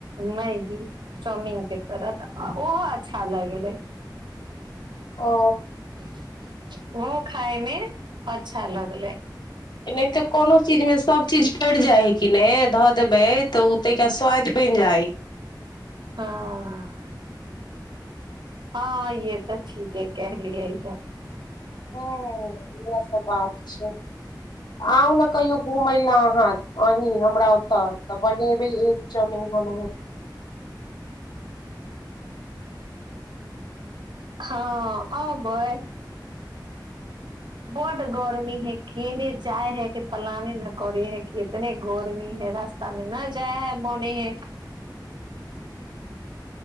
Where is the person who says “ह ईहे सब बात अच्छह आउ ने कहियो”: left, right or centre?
Left